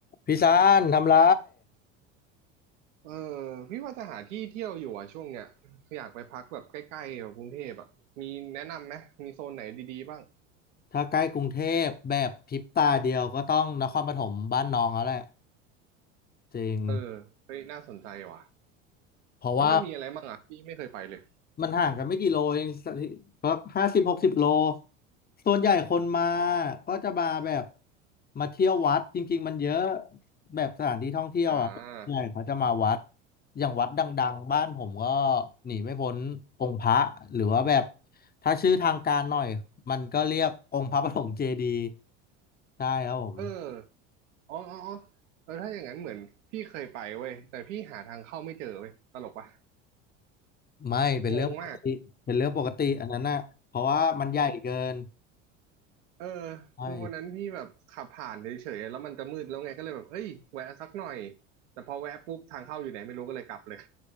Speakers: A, on the left; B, on the right.
A: พี่ซานทำไร
B: เออพี่ว่าจะหาที่เที่ยวอยู่อ่ะช่วงเนี้ยอยากไปพักแบบใกล้ๆแบบกรุงเทพอ่ะมีแนะนำไหมมีโซนไหนดีๆบ้าง
A: ถ้าใกล้กรุงเทพแบบพริบตาเดียวก็ต้องนครปฐมบ้านน้องแล้วแหละจริง
B: เออเฮ้ยน่าสนใจว่ะ
A: เพราะว่า
B: แล้วมันมีอะไรบ้างอ่ะพี่ไม่เคยไปเลย
A: มันห่างกันไม่กี่โลเองแบบห้าสิบหกสิบโลส่วนใหญ่คนมาก็จะมาแบบมาเที่ยววัดจริงๆมันเยอะแบบสถานที่ท่องเที่ยวอ่ะส่วนใหญ่เขาจะมาวัด
B: อ่า
A: อย่างวัดดังๆบ้านผมก็หนีไม่พ้นองค์พระหรือว่าแบบถ้าชื่อทางการหน่อยมันก็เรียกองค์พระปฐมเจดีย์ใช่ครับผม
B: เอออ๋ออ๋ออ๋อเออถ้าอย่างนั้นเหมือนพี่เคยไปเว้ยแต่พี่หาทางเข้าไม่เจอเว้ยตลกปะ
A: ไม่เป็นเรื่องปกติเป็นเรื่องปกติอันนั้นน่ะเพราะว่ามันใหญ่เกิน
B: งงมากเออ
A: ใช่
B: คือวันนั้นพี่แบบขับผ่านเฉยๆแล้วมันจะมืดแล้วไงก็เลยแบบเอ้ยแวะสักหน่อยแต่พอแวะปุ๊บทางเข้าอยู่ไหนไม่รู้ก็เลยกลับเลย